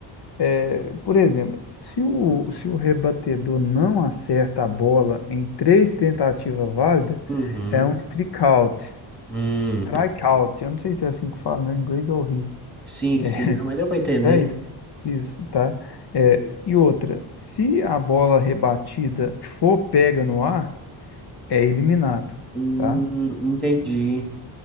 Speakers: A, on the left (about 55°); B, in the centre.
A: É, por exemplo, se o, se o rebatedor não acerta a bola em três tentativas válidas,
B: Uhum.
A: é um strikeout.
B: Hum,
A: Strikeout. Eu não sei se é assim que fala, meu inglês é horrível.
B: sim,
A: É
B: sim,
A: <laughs>
B: não, mas deu pra entender.
A: é isso, isso, tá? É, e outra, se a bola rebatida for pega no ar, é eliminado,
B: Hum,
A: tá?
B: entendi.